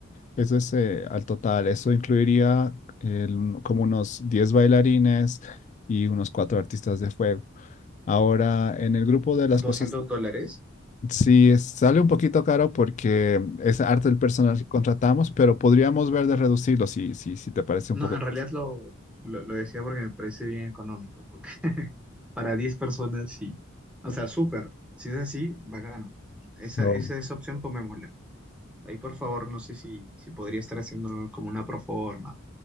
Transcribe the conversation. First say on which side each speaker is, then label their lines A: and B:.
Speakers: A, on the left; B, in the centre.
A: Eso es eh, al total, eso incluiría el- como unos 10 bailarines y unos 4 artistas de fuego. Ahora, en el grupo de las
B: doscientos
A: cosas,
B: dólares?
A: sí, es- sale un poquito caro porque es arte del personal que contratamos, pero podríamos ver de reducirlo si, si, si te parece un
B: No,
A: poco
B: en
A: excesivo.
B: realidad lo, lo, lo decía porque me parece bien económico, porque <laughs> para 10 personas sí. O sea, súper. Si es así, bacano. Esa,
A: No.
B: esa, esa opción tomémosla. Ahí, por favor, no sé si, si podría estar haciendo como una proforma,